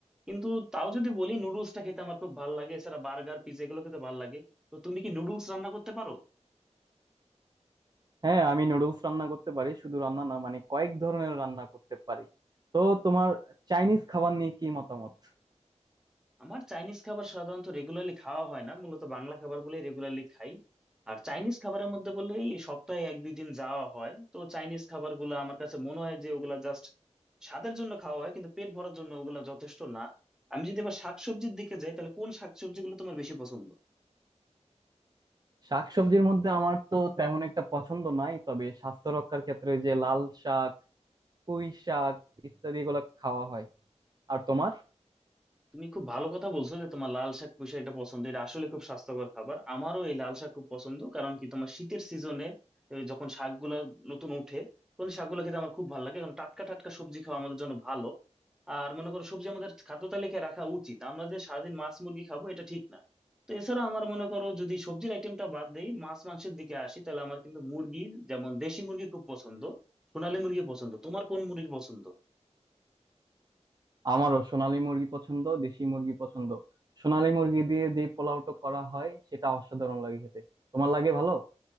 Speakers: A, in the centre; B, on the right (about 35°).
A: কিন্তু তাও যদি বলি নুডলসটা খেতে আমার খুব ভালো লাগে এছাড়া বার্গার পিৎজা এগুলো খেতে ভালো লাগে তো তুমি কি নুডলস রান্না করতে পারো
B: হ্যাঁ আমি নুডলস রান্না করতে পারি শুধু রান্না না মানে কয়েক ধরনের রান্না করতে পারি তো তোমার চাইনিজ খাবার নিয়ে কি মতামত
A: আমার চাইনিজ খাবার সাধারণত রেগুলারলি খাওয়া হয় না মূলত বাংলা খাবারগুলোই রেগুলারলি খাই আর চাইনিজ খাবারের মধ্যে বললে এই সপ্তাহে এক দুই দিন যাওয়া হয় তো চাইনিজ খাবারগুলো আমার কাছে মনে হয় যে ওগুলা জাস্ট স্বাদের জন্য খাওয়া হয় কিন্তু পেট ভরার জন্য ওগুলা যথেষ্ট না আমি যদি আবার শাকসবজির দিকে যাই তাহলে কোন শাকসবজিগুলো তোমার বেশি পছন্দ
B: শাকসবজির মধ্যে আমার তো তেমন একটা পছন্দ নাই তবে স্বাস্থ্য রক্ষার ক্ষেত্রে ওই যে লাল শাক পুঁই শাক ইত্যাদি এগুলো খাওয়া হয় আর তোমার
A: তুমি খুব ভালো কথা বলছো যে তোমার লাল শাক পুঁই শাক এটা পছন্দ এটা আসলে খুব স্বাস্থ্যকর খাবার আমারও এই লাল শাক খুব পছন্দ কারণ কি তোমার শীতের সিজনে যখন শাকগুলা নতুন উঠে তখন এই শাকগুলো খেতে আমার খুব ভালো লাগে কারণ টাটকা টাটকা সবজি খাওয়া আমাদের জন্য ভালো আর মনে করো সবজি আমাদের খাদ্য তালিকায় রাখা উচিত আমরা যে সারাদিন মাছ মুরগি খাবো এটা ঠিক না তো এছাড়া আমার মনে করো যদি সবজির আইটেমটা বাদ দেই মাছ মাংসের দিকে আসি তাহলে আমার কিন্তু মুরগি যেমন দেশি মুরগি খুব পছন্দ সোনালী মুরগি পছন্দ তোমার কোন মুরগি পছন্দ
B: আমারও সোনালী মুরগি পছন্দ দেশি মুরগি পছন্দ সোনালী মুরগি দিয়ে যে পোলাওটা করা হয় সেটা অসাধারণ লাগে খেতে তোমার লাগে ভালো